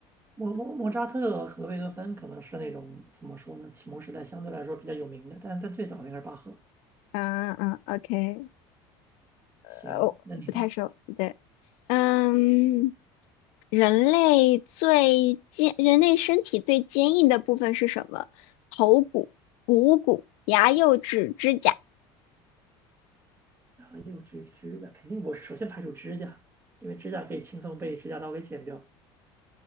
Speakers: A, on the right (about 20°); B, on the left (about 70°).
A: 莫莫莫扎特和贝多芬可能是那种怎么说呢，启蒙时代相对来说比较有名的，但但最早的应该是巴赫。
B: 嗯嗯，OK，
A: 行，
B: 呃，我不太熟，
A: 那你吧。
B: 对，嗯。人类最坚，人类身体最坚硬的部分是什么？头骨、股骨、牙、釉质、指甲。
A: 然后又指指甲，肯定我首先排除指甲，因为指甲可以轻松被指甲刀给剪掉。